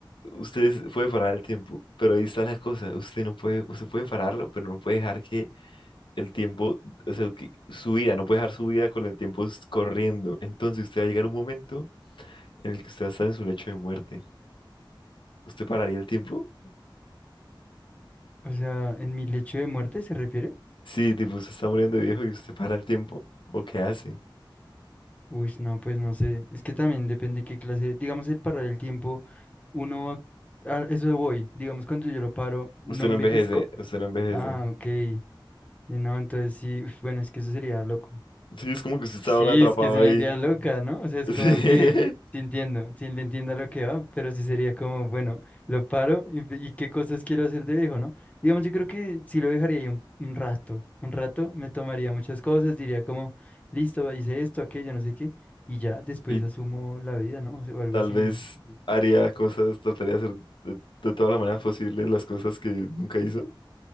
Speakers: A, on the left; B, on the left.
A: Usted es- puede parar el tiempo, pero ahí está la cosa. Usted no puede, usted puede pararlo, pero no puede dejar que el tiempo, o sea, que su vida, no puede dejar su vida con el tiempo s- corriendo. Entonces usted va a llegar a un momento en el que usted va a estar en su lecho de muerte. ¿Usted pararía el tiempo?
B: O sea, ¿en mi lecho de muerte se refiere?
A: Sí, tipo, usted está muriendo de viejo y usted para el tiempo. ¿O qué hace?
B: Uy, no, pues no sé. Es que también depende qué clase, digamos el parar el tiempo, uno va, a eso voy, digamos cuando yo lo paro, ¿no
A: Usted
B: envejezco?
A: no envejece, usted no envejece.
B: Ah, ok. y No, entonces sí, uf, bueno, es que eso sería loco.
A: Sí, es como que usted está
B: Sí,
A: ahora atrapado
B: es que es una
A: ahí.
B: idea loca, ¿no? O sea, es
A: <laughs> Sí.
B: como que te entiendo, sí le entiendo a lo que va, pero sí sería como, bueno, lo paro y, pe- y qué cosas quiero hacer de viejo, ¿no? Digamos, yo creo que sí lo dejaría ahí un, un rato, un rato me tomaría muchas cosas, diría como, listo, hice esto, aquello, no sé qué, y ya después
A: Y
B: asumo la vida, ¿no? O sea, o algo
A: tal
B: así.
A: vez
B: y-
A: haría cosas, trataría de hacer de, de todas las maneras posibles las cosas que nunca hizo.